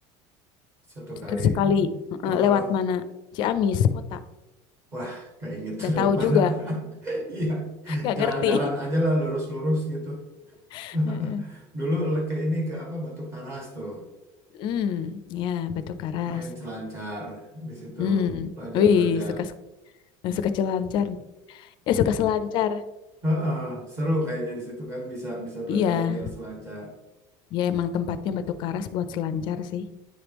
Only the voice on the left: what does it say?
Terus sekali
eh, lewat mana? Ciamis kota.
Gak
tahu juga,
gak
ngerti.
<laughs>
Mm-mm.
Hmm, ya Batu Karas.
Hmm,
wih suka suka selancar. nih. Ya suka selancar.
Iya,
ya emang tempatnya Batu Karas buat selancar sih.